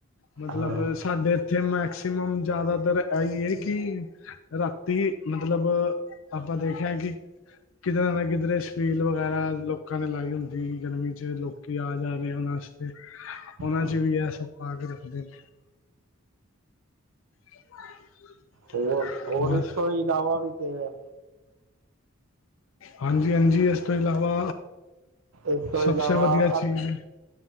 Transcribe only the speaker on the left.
ਮਤਲਬ
ਸਾਡੇ ਇੱਥੇ ਮੈਕਸੀਮਮ ਜਿਆਦਾਤਰ ਐਹੀ ਏ ਕਿ ਰਾਤੀ ਮਤਲਬ ਆਪਾਂ ਦੇਖਿਆ ਕਿ ਕਿਧਰੇ ਨਾ ਕਿਧਰੇ ਸਵੀਲ ਵਗੈਰਾ ਲੋਕਾਂ ਨੇ ਲਾਈ ਹੁੰਦੀ ਗਰਮੀ ਚ ਲੋਕ ਕੀ ਆ ਜਾ ਰਹੇ ਉਹਨਾਂ ਵਾਸਤੇ ਉਹਨਾਂ
ਚ ਵੀ ਇਹ ਸਭ ਪਾ ਕੇ ਰੱਖਦੇ ਨੇ। <inaudible>
ਬਸ
ਹਾਂਜੀ ਹਾਂਜੀ, ਇਸ ਤੋਂ ਇਲਾਵਾ
ਸਬ
ਸੇ ਵਧੀਆ
ਚੀਜ਼।